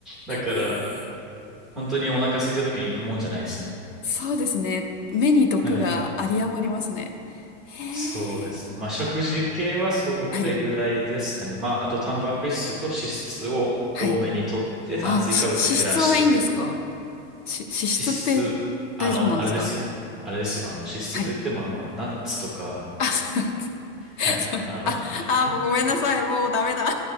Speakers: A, in the centre; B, on the left.
A: だから、
B: へえ
A: 本当にお腹空いた時に行くもんじゃないですね。
B: そうですね。目に毒が有り余りますね。
A: はい。
B: へ
A: そうですね。
B: え
A: まあ、食事系はそれぐらいですかね。
B: はい、
A: まあ、あと、タンパク質と脂質を多めにとって、
B: はい。
A: 炭水化物減らしていくみたいな。
B: あ、し、脂質はいいんですかし、脂質って大丈夫なんですか
A: 脂質、あの、あれですよ。あれですよ。あの、脂質といっても、
B: はい。
A: あの、ナッツとか、
B: あ、そう
A: はい。
B: そう
A: あの、
B: <laughs> あ、あ、
A: <laughs>
B: もうごめんなさい。もうダメだ。